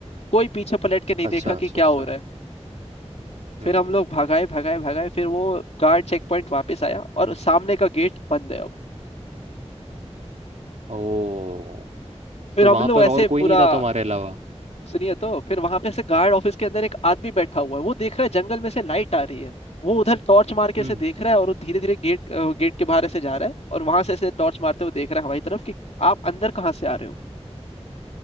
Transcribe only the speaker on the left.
कोई पीछे पलट के नहीं
देखा कि
क्या
हो रहा है
फिर हम लोग भगाए भगाए भगाए फिर वो गार्ड चेक पॉइंट वापस आया और सामने का गेट बंद है अब
फिर
हम
लोग
ऐसे
पूरा
सुनिए तो फिर वहां पे से गार्ड ऑफिस के अंदर एक आदमी बैठा हुआ है वो देख रहा है जंगल में से लाइट आ रही है वो उधर टॉर्च मार के
ऐसे देख रहा है और वो धीरे धीरे गेट गेट के बाहर ऐसे जा रहा है और वहां से ऐसे टॉर्च मारते हुए देख रहा है हमारी तरफ कि आप अंदर कहाँ से आ रहे हो